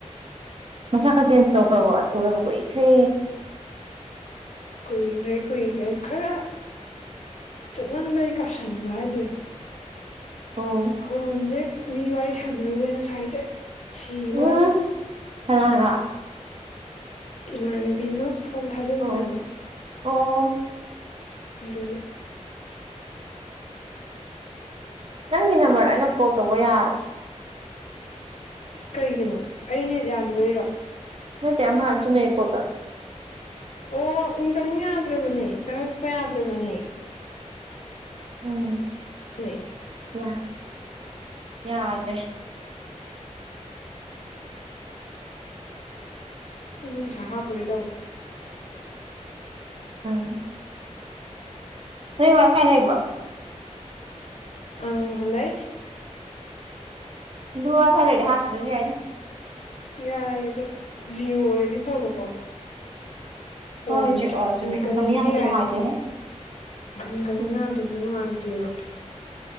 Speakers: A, on the right (about 50°); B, on the left (about 65°).
A: ꯃꯁꯥ ꯈ ꯆꯦꯟꯖ ꯇꯧꯈ꯭ꯔꯕꯣ ꯎꯗꯕ ꯀꯨꯏꯈ꯭ꯔꯦ
B: ꯀꯨꯏꯒ꯭ꯔꯦ ꯀꯨꯏꯒ꯭ꯔꯦ ꯈꯔ ꯆꯠꯃꯟꯕꯩ ꯀꯥꯁꯟꯕ ꯍꯥꯏꯗꯣꯏꯔꯣ
A: ꯑꯣ
B: ꯈꯣꯟꯁꯦ ꯃꯤ ꯋꯥꯔꯤ ꯁꯥꯟꯅꯔꯨꯕꯦꯅ ꯁꯥꯏꯗꯦ ꯁꯤ
A: ꯎꯝ
B: ꯋꯥ
A: ꯀꯅꯥꯒ
B: ꯏꯃꯅꯕꯤ ꯑꯃ ꯐꯣꯝ ꯊꯥꯖꯟꯃꯤꯟꯅꯕ
A: ꯑꯣ ꯑꯣ
B: ꯑꯗꯨꯒꯤ
A: ꯅꯪꯒꯤ ꯅꯝꯕꯔꯗ ꯑꯩꯅ ꯐꯣꯜ ꯇꯧꯕ ꯌꯥꯗ꯭ꯦ
B: ꯀꯩꯒꯤꯅꯣ ꯑꯩ ꯅꯠ ꯌꯥꯗꯕꯩꯔꯣ
A: ꯅꯇꯦ ꯑꯃ ꯆꯨꯝꯅꯩ ꯀꯣꯜꯗ
B: ꯑꯣ ꯏꯪ ꯀꯃꯤꯝ ꯌꯥꯗ꯭ꯔꯕꯅꯦ ꯆꯪꯉꯛꯄ ꯌꯥꯗ꯭ꯔꯕꯅꯦ
A: ꯎꯝ
B: ꯂꯩ <inaudible>
A: ꯌꯥ ꯌꯥꯗ꯭ꯔꯦ
B: ꯎꯝ ꯄꯩꯁꯥ ꯍꯥꯞꯄꯔꯦ ꯇ
A: ꯎꯝ ꯅꯣꯏ ꯋꯥ ꯃꯈꯥꯏ ꯂꯩꯕ꯭ꯔꯣ
B: ꯑꯪ ꯂꯩ
A: ꯗꯨꯋꯥ ꯈꯔꯅꯦ ꯍꯥꯔ ꯌꯥ ꯌꯥꯏꯅ
B: ꯌꯥꯏ ꯑꯗ ꯖꯤꯎ ꯑꯣꯏꯔꯗꯤ ꯐꯕꯀꯣ ꯐꯣꯟꯗꯦ
A: ꯍꯣꯏ ꯖꯤ ꯑ ꯆꯨꯝꯃꯦ
B: ꯏꯟꯀꯃꯤꯡꯗꯤ
A: ꯏꯟꯀꯝꯃꯤꯡ ꯌꯥꯗꯗꯤ
B: ꯌꯥꯏꯅꯀꯣ
A: ꯅꯨꯡꯉꯥꯏꯇꯦꯍꯦ
B: ꯎꯒꯃꯤꯅ
A: ꯎꯝ
B: ꯑꯗꯨꯗꯨꯅ ꯍꯥꯏ ꯕ